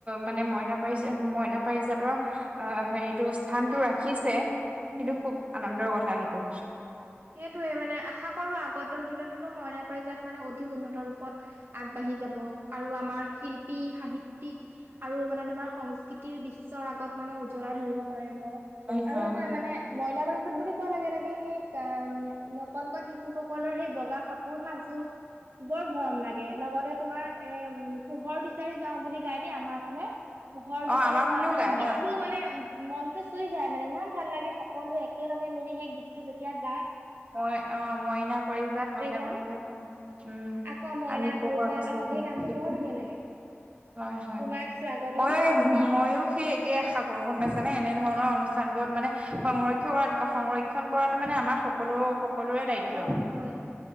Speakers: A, on the right; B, on the right.
A: মানে মইনা পাৰিছে, মইনা পাৰিজাতৰ আহ, হেৰিটো স্থানতটো ৰাখিছে,
B: উম।
A: কিন্তু খুব আনন্দৰ কথা সেইটো।
B: সেইটোৱে মানে আশা কৰোঁ, আগতক দিনতনো মইনা পাৰিজাত মানে অধিক উন্নত ৰূপত আগবাঢ়ি যাব, আৰু আমাৰ শিল্পী সাহিত্যয়িক আৰু মানে তোমাৰ সংস্কৃতিৰ বিশ্বৰ আগত মানে উজ্বলাই ধৰিব পাৰিব।
A: হয়
B: আৰু
A: হয়
B: এটা মানে মইনা পাৰিজাত বুলি বুলি কোৱা লগে লগে সেই ক নকলন কন শিশু সকলৰ সেই বগা কাপোৰ সাজো বৰ মৰম লাগে লগতে তোমাৰ এ, উ পোহৰ বিচাৰি যাওঁ বুলি গাই দিয়ে আমাৰ ফালে। পোহৰ
A: অ
B: বিচাৰি
A: আমাৰ
B: যাওঁ
A: ফালেও
B: সেই
A: গাই
B: গীতটো
A: হয়
B: মানে মনতটো চুই যায় মানে, ইমান ভাল লাগে সকলোৱে একেলগে মিলি সেই গীতটো যেতিয়া গায়।
A: মই অ' মইনা পৰিজাত, মইনা
B: যাওঁ
A: পৰিজাত অ' উম,
B: আকৌ মইনা
A: আমি পোহৰ
B: পাৰিজাত
A: বিচাৰিম
B: অ সেই গানটো বৰ ধুনীয়া
A: <unintelligible>
B: লাগে
A: হয় হয়,
B: তোমাক স্বাগতম
A: মই মইো সেই ে আশা কৰো গম পাইছানে, এনেধৰণৰ অনুষ্ঠান বোৰত মানে, সংৰক্ষ কৰা সংৰক্ষন কৰাতো মানে আমাৰ সকলো, সকলোৰে দায়িত্ব।
B: অ হয়।